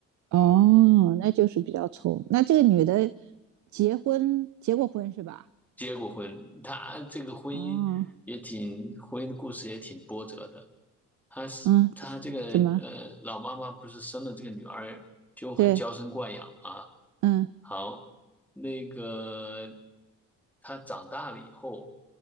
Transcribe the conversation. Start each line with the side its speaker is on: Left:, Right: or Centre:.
Right: 哦，那就是比较冲。那这个女的结婚结过婚是吧？
Centre: 结过婚，她这个婚姻也挺，
Right: 哦，
Centre: 婚姻的故事也挺波折的。她是她这个呃老妈妈不是生了这个女儿就很娇生惯养嘛？
Right: 嗯，怎么？对，嗯
Centre: 好，那个她长大了以后，